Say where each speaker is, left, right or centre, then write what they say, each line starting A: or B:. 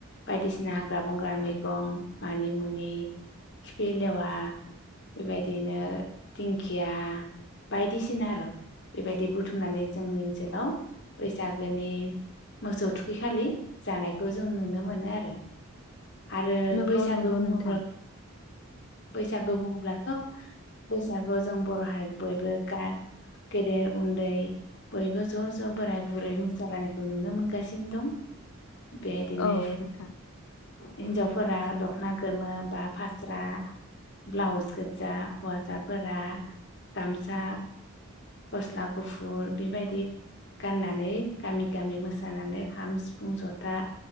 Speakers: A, on the left; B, on the left.
A: बायदिसिना हाग्रा बंग्राानि मैगं मानि मुनि खिफि लेवा बेबायदिनो दिंखिया बायदिसिना आरो बेबायदि बुथुमनानै जोंनि ओनसोलाव बैसागोनि मोसौ थुखै खालि जानायखौ जों नुनो मोनो आरो। आरो
B: नंगौ
A: बैसागो
B: नंगौ
A: बुङोब्ला
B: नोंथां
A: बैसागो बुं अब्लाथ' बैसागुआव जों बर' हारिखौ बयबो गा गेदेर उन्दै बयबो ज' ज' बोराय बुरै मोसालायनायखौ नुनो मोनगासिनो दं बेदिनो
B: औ नोंथां
A: हिनजावफोरा दख'ना गोमो बा फास्रा ब्लाउस गोजा हौवासाफोरा गामसा गस्ला गुफुर बेबायदि गाननानै गामि गामि मोसानानै खाम सिफुं जथा